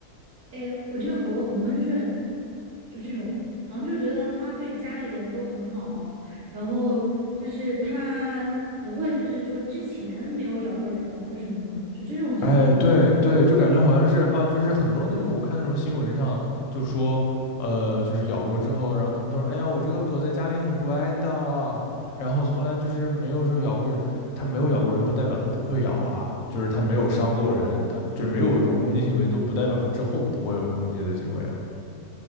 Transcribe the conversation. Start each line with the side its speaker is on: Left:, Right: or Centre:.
Right: 哎，我这个狗很温顺，就这种，然后就觉得它对家里人都很好，然后就是它不会就是说之前没有咬过人或什么的，就这种想法。
Left: 哎，对对，就感觉好像是啊，就是很多那种我看那种新闻上就说，呃，就是咬过之后，然后他们都说，哎呀，我这个狗在家里很乖的，然后从来就是没有说咬过人，它没有咬过人，不代表它不会咬啊，就是它没有伤过人，它就是没有这种攻击行为，都不代表它之后不会有攻击的行为啊。